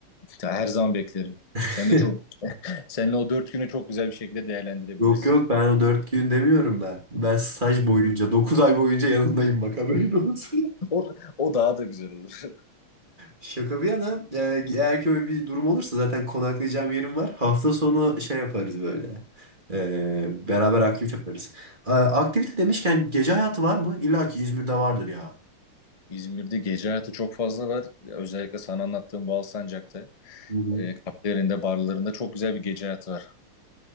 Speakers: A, on the left; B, on the right.
A: Ya Her zaman beklerim.
B: <laughs>
A: Sen de çok, seninle o dört günü çok güzel bir şekilde değerlendirebiliriz.
B: Yok yok ben o dört gün demiyorum ben. Ben staj boyunca, dokuz ay boyunca yanındayım bak haberin olsun. <laughs>
A: O, o daha da güzel olur.
B: Şaka bir yana e, eğer ki öyle bir durum olursa zaten konaklayacağım yerim var. Hafta sonu şey yaparız böyle. E, beraber aktivite yaparız. E, aktivite demişken gece hayatı var mı? İlla ki İzmir'de vardır ya.
A: İzmir'de gece hayatı çok fazla var. Özellikle sana anlattığım Alsancak'ta
B: Hı hı.
A: e, kafelerinde, barlarında çok güzel bir gece hayatı var.